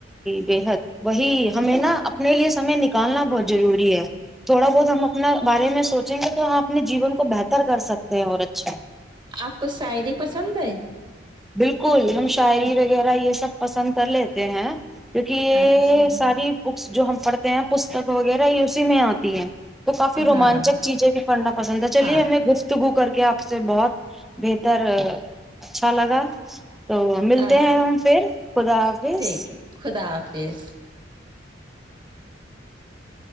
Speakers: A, in the centre; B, on the right.
A: بے حد وہی ہمیں نا اپنے لیے سمے نکالنا بہت ضروری ہے تھوڑا بہت ہم اپنا بارے میں سوچیں گے تو ہم اپنے جیون کو بہتر کر سکتے ہیں اور اچھا
B: آپ کو شاعری پسند ہے
A: بالکل ہم شاعری وغیرہ یہ سب پسند کر لیتے ہیں کیونکہ یہ
B: اچھا
A: ساری جو ہم پڑھتے ہیں پستک وغیرہ یہ اسی میں آتی ہے تو کافی روومانچک
B: ہاں
A: چیزیں بھی کرنا پسند ہے چلیے
B: ہاں
A: ہمیں گفتگو کر کے آپ سے بہت بہترچ سالگا تو ملتے
B: اچھا
A: ہیں ہم پھر خدا حافظ
B: ٹھیک ہے خدا حافظ